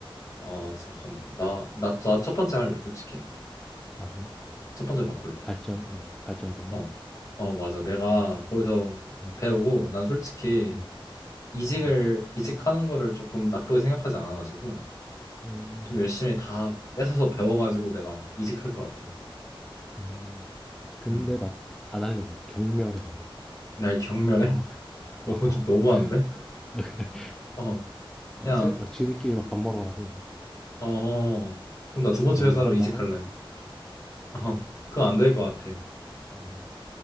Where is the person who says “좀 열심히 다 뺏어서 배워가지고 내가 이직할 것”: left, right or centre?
Left